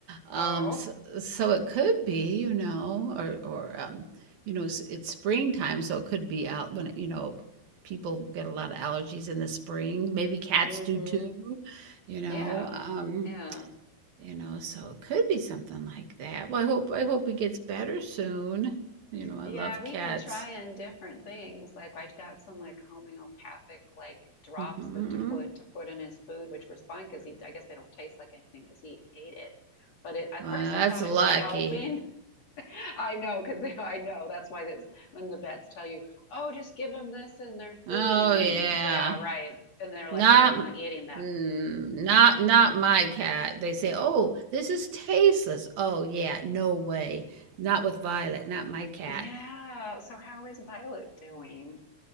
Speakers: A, on the right; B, on the left.
A: Um,
B: Oh.
A: so, so it could be, you know, or or um you know, it's, springtime, so it could be out when, you know, people get a lot of allergies in the spring. Maybe cats
B: Mm-hmm.
A: do too, you know.
B: Yeah.
A: Um,
B: Yeah.
A: you know, so it could be something like that. Well, I hope I hope it gets better soon. You know, I
B: Yeah,
A: love
B: we've
A: cats.
B: been trying different things. Like I got some like homeopathic like drops
A: hmm
B: that to put to put in his food, which was fine because he I guess they don't taste like anything because he ate it. But it, at
A: Well, that's
B: first I thought
A: lucky.
B: it was helping. <laughs> I know because <laughs> I know that's why that's when the vets tell you, oh, just give them this in their
A: Oh
B: food, and then
A: yeah.
B: they are right, and they're
A: Not
B: like, no, we're not eating that.
A: mm, not not my cat. They say, "Oh, this is tasteless." Oh yeah, no way. Not with Violet, not my cat.
B: Yeah. So how is Violet doing?